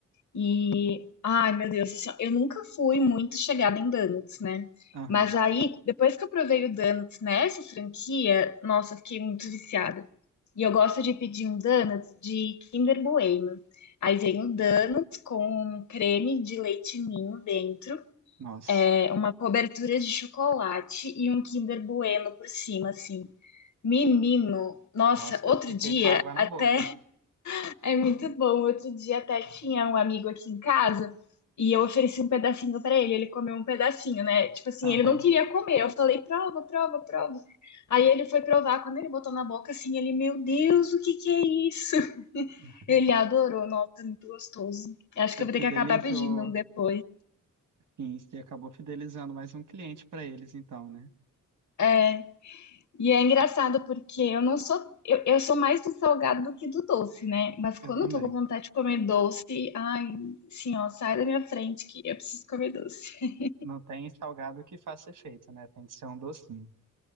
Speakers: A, on the left; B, on the right.
A: E, ai, meu Deus, assim, ó, eu nunca fui muito chegada em donuts, né?
B: Aham,
A: Mas aí, depois que eu provei o donuts nessa franquia, nossa, eu fiquei muito viciada. E eu gosto de pedir um donuts de Kinder Bueno. Aí vem o donuts com creme de leite ninho dentro,
B: nossa.
A: é, uma cobertura de chocolate e um Kinder Bueno por cima, assim. Menino, nossa,
B: Nossa,
A: outro
B: eu fiquei
A: dia
B: com água na
A: até
B: boca.
A: é muito bom. Outro dia até tinha um amigo aqui em casa e eu ofereci um pedacinho pra ele. Ele comeu um pedacinho, né? Tipo assim,
B: Aham.
A: ele não queria comer. Eu falei, prova, prova, prova. Aí ele foi provar. Quando ele botou na boca, assim, ele, meu Deus, o que que é isso? <laughs>
B: <laughs>
A: Ele adorou. Nossa, muito gostoso.
B: Você
A: Eu acho que eu
B: fidelizou.
A: vou ter que acabar pedindo um depois.
B: Sim, você acabou fidelizando mais um cliente para eles, então, né?
A: É. E é engraçado porque eu não sou, eu, eu sou mais do salgado do que do doce, né? Mas quando
B: Eu também.
A: eu tô com vontade de comer doce, ai, sim, ó, sai da minha frente que eu preciso comer doce. <laughs>
B: Não tem salgado que faça efeito, né? Tem que ser um docinho.